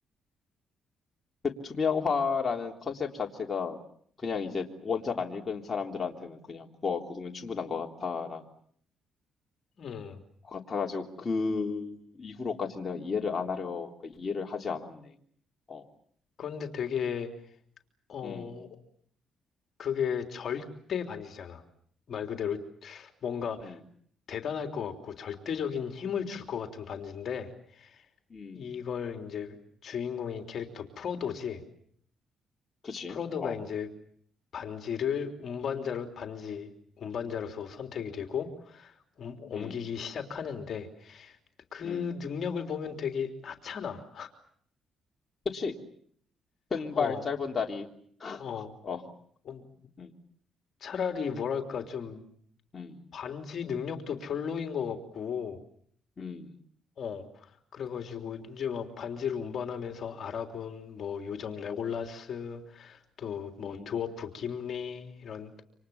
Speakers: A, on the left; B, on the left.
A: 그 투명화라는 컨셉 자체가 그냥 이제 원작 안 읽은 사람들한테는 그냥 그거 그거면 충분한 것 같아라
B: 음,
A: 것 같아가지고 그 이후로까지 내가 이해를 안 하려 그러니까 이해를 하지 않았네. 어,
B: 그런데 되게, 어,
A: 음,
B: 그게 절대 반지잖아. 말 그대로 뭔가
A: 음,
B: 대단할 것 같고 절대적인 힘을 줄 것 같은 반지인데,
A: 음,
B: 이걸 이제 주인공인 캐릭터 프로도지,
A: 그치?
B: 프로도가
A: 어,
B: 이제 반지를 운반자로, 반지, 운반자로서 선택이 되고, 음, 옮기기
A: 음,
B: 시작하는데, 그
A: 음,
B: 능력을 보면 되게 하찮아.
A: 그치? 큰
B: 어,
A: 발, 짧은 다리.
B: 어,
A: 어
B: 음,
A: 음.
B: 차라리 뭐랄까 좀
A: 음.
B: 반지 능력도 별로인 것 같고,
A: 음.
B: 어, 그래가지고 이제 막 반지를 운반하면서 아라곤, 뭐 요정 레골라스, 또 뭐
A: 음.
B: 드워프 김리 이런